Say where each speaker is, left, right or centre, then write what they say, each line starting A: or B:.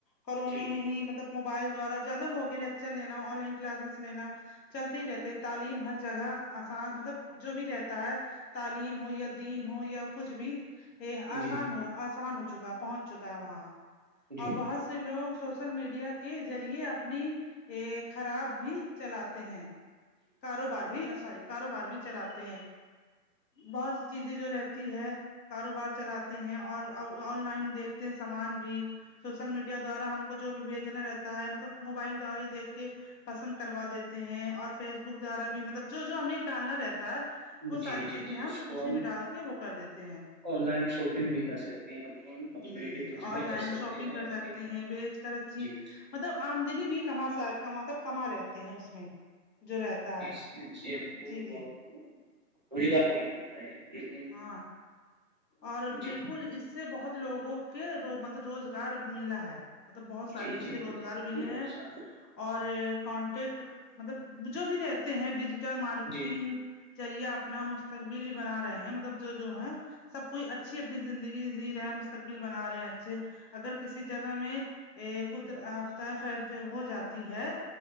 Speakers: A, on the left (about 85°); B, on the right (about 30°).
A: کرونے
B: جی جی
A: میں ہی مطلب بطلب موبائل دوارا زیادہ ہوگے لیکچر لینا آن لائن کلاسز لینا چلتی ہی رہتے تعلیم ہر جگہ آسان مطلب جو بھی رہتا ہے تعلیم ہو یا دین ہو یا کچھ بھی یہ
B: جی جی
A: آسان آسان ہو چکا ہے پہنچ چکا ہے وہاں
B: جی
A: اور بہت سے لوگ سوشل میڈیا کے ذریعے اپنی یہ خراب بھی چلاتے ہیں کاروبار بھی نا ساری کاروبار بھی چلاتے ہیں بہت سی چیزیں جو رہتی ہے کاروبار چلاتے ہیں اور آن لائن دیکھتے ہیں سامان بھی سوشل میڈیا دوارا ہم کو جو بھیجنا رہتا ہے مطلب موبائل دوارا ہی دیکھ کے پسند کروا دیتے ہیں اور فیس بک دوارا بھی مطلب جو جو ہمیں ڈالنا رہتا ہے
B: جی
A: وہ ساری
B: جی جی
A: چیزیں
B: جی
A: ہم
B: اس کو
A: اسی میں ڈال کے وہ کر دیتے ہیں
B: آن لائن شاپنگ بھی کر سکتی ہیں مل
A: جی جی
B: بی
A: جی
B: کچھ
A: آن
B: بھی
A: لائن
B: کر سکتے
A: شاپنگ
B: ہیں
A: کر سکتے
B: لیکن
A: ہیں بیچ کر اچھی
B: جی
A: مطلب آمدنی بھی کما سا کما تب کما لیتے ہیں اس میں جو رہتا ہے
B: اچھی اچھی ہے کو
A: جی جی
B: بہت روزگار نہیں ملتا ہے لیکن
A: ہاں اور
B: جی
A: بالکل اس سے بہت لوگوں کے مطلب روزگار مللا ہے مطلب بہت سارے
B: جی
A: اسے
B: جی
A: روزگار ملے
B: بہت
A: ہیں
B: سارا
A: اور کانٹیکٹ مطلب جو بھی رہتے ہیں ڈیجیٹل مارکیٹنگ
B: جی
A: ذریعہ اپنا مستقبل بنا رہے ہیں مطلب جو جو ہے سب کوئی اچھی اپنی زندگی جی رہے ہیں مستقبل بنا رہے ہیں اچھے اگر کسی جگہ میں ا قدر آفتہ سرج ہ جاتی ہے